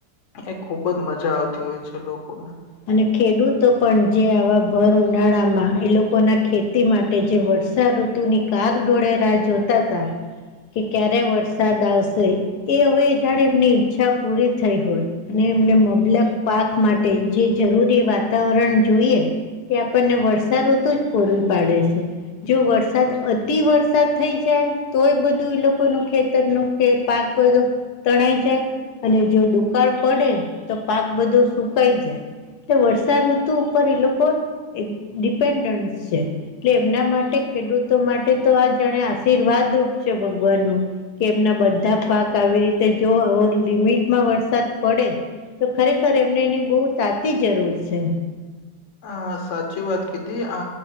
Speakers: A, on the left; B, on the left.
A: એ ખુબ જ મજા આવતી હોય છે લોકોને.
B: અને ખેડૂતો પણ જે આવા ભર ઉનાળામાં એ લોકો ના ખેતી માટે જે વર્ષ ર્ષા ઋતુની કાગ ડોળે રાહ જોતાતા કે ક્યારે વરસાદ આવશે. એ હવે જાળે એમની ઈચ્છા પૂરી થઈ હોય અને એમને મબલક પાક માટે જે જરૂરી વાતાવરણ જોઈએ તે આપણને વર્ષાઋતુ જ પૂરું પાડે છે. જો વરસાદ અતિ વરસાદ થઈ જાય તોય બધું એ લોકોનું ખેતરનું કે પાક બધો તણાઈ જાય અને જો દુકાળ પડે તો પાક બધો સુકાઈ જાય એટલે વર્ષા ઋતુ ઉપર એ લોકો એ ડિપેન્ડન્ટ છે. એટલે એમના માટે ખેડૂતો માટે તોઆ જાણે આશીર્વાદરૂપ છે, ભગવાનનું. કે એમના બધા પાક આવી રીતે જોઓ લિમિટમાં વરસાદ પડે તો ખરેખર એમને એની બહુ તાતી જ જરૂર છે.
A: અ સાચી વાત કીધી અ